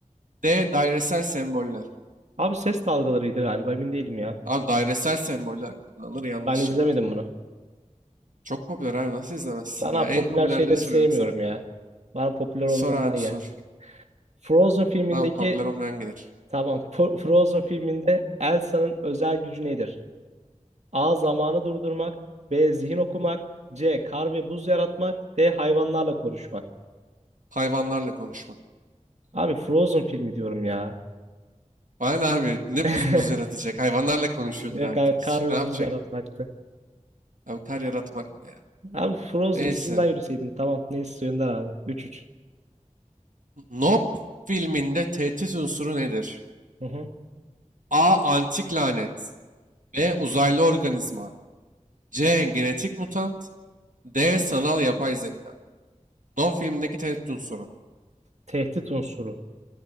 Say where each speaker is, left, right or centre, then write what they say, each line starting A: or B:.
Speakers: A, on the right; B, on the right.
A: D. Dairesel semboller.
B: Abi ses dalgalarıydı galiba emin değilim ya.
A: Abi dairesel semboller kullanılır yanlış
B: Ben izlemedim
A: ya.
B: bunu.
A: Çok popüler abi nasıl izlemezsin
B: Ben abi
A: ya? En
B: popüler
A: popülerleri
B: şeyleri
A: soruyorum
B: sevmiyorum
A: sana.
B: ya. Bana popüler olmayanlar
A: Sor abi
B: yer.
A: sor.
B: Frozen filmindeki
A: Tamam popüler olmayan gelir.
B: tamam Fro- Frozen filminde Elsa'nın özel gücü nedir? A. Zamanı durdurmak. B. Zihin okumak. C. Kar ve buz yaratmak. D. Hayvanlarla konuşmak.
A: Hayvanlarla konuşmak.
B: Abi Frozen filmi diyorum ya.
A: Bana ne abi ne
B: <laughs>
A: buz muz yaratacak? Hayvanlarla konuşuyordur
B: Direkt
A: abi.
B: abi
A: Kız
B: kar ve
A: ne yapacak?
B: buz yaratmaktı.
A: Abi kar yaratmak ne ya?
B: Abi Frozen
A: Neyse.
B: isminden yürüseydin. Tamam neyse Önder abi. 3-3.
A: Nope filminde tehdit unsuru nedir?
B: Hı hı.
A: A. Antik lanet. B. Uzaylı organizma. C. Genetik mutant. D. Sanal yapay zeka. No filmindeki tehdit unsuru.
B: Tehdit unsuru.